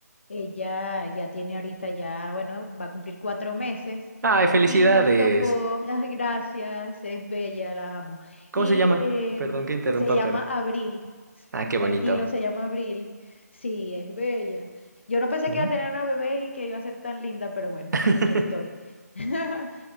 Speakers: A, on the left (about 40°); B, on the right (about 80°).
A: ella ya tiene ahorita ya, bueno, va a cumplir cuatro meses
B: Ay, felicidades.
A: y nos tocó, <laughs> ay, gracias, es bella, la amo.
B: ¿Cómo
A: Y
B: se llama?
A: em,
B: Perdón que interrumpa,
A: se llama
B: pero.
A: Abril, <laughs>
B: Ah, qué
A: tranquilo,
B: bonito.
A: se llama Abril, sí, es bella. Yo no pensé
B: Ujú.
A: que iba a tener una bebé y que iba a ser tan linda, pero bueno,
B: <laughs>
A: aquí estoy. <laughs>